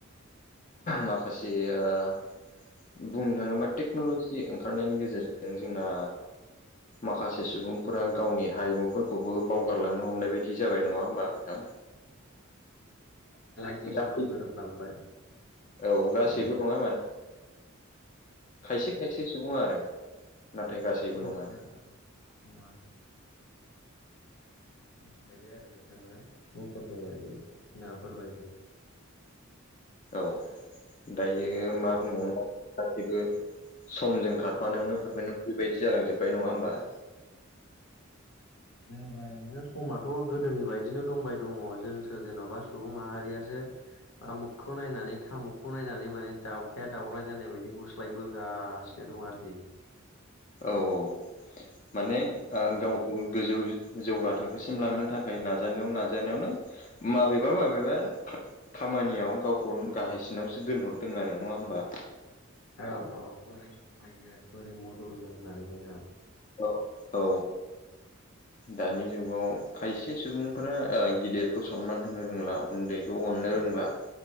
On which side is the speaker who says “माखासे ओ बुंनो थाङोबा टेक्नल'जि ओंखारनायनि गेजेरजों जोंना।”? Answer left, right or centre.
Left